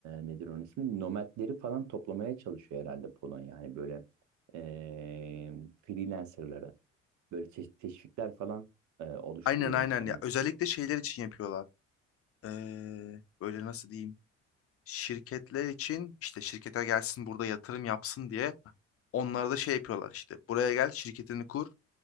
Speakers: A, on the right; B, on the left.
A: nedir onun ismi? Nomadleri falan toplamaya çalışıyor herhalde Polonya. Hani böyle ee, freelancerlara böyle te- teşvikler falan ee, oluşturuyormuş.
B: Aynen aynen
A: Hani
B: ya özellikle şeyler için yapıyorlar. Ee, böyle nasıl diyeyim? şirketler için işte şirkete gelsin burada yatırım yapsın diye onlara da şey yapıyorlar işte buraya gel şirketini kur